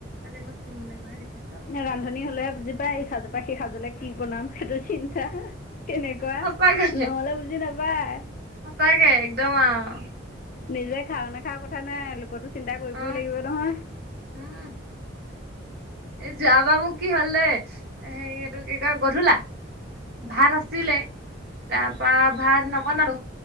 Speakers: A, on the right; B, on the left.
A: আজি মই ছিঙিবলৈ গৈহে দেখিছো।
B: নে ৰান্ধনী হ'লে হে বুজি পায় ইসাজৰ পা সিসাজ লে কি বনাম। সেইটো চিন্তা কেনেকুৱা
A: সঁচাকে
B: নহলে বুজি নাপায়।
A: সঁচাকে একদম আও।
B: নিজে খাওঁ নাখাওঁ কথা নাই লোকতো চিন্তা কৰিবই
A: অ
B: লাগিব নহয়।
A: উম। এ যোৱাবাৰ মোক কি হল দেই হেৰি এইটো কি কয় গধূলা ভাত আছিলে তাৰ পা ভাত নবনালো,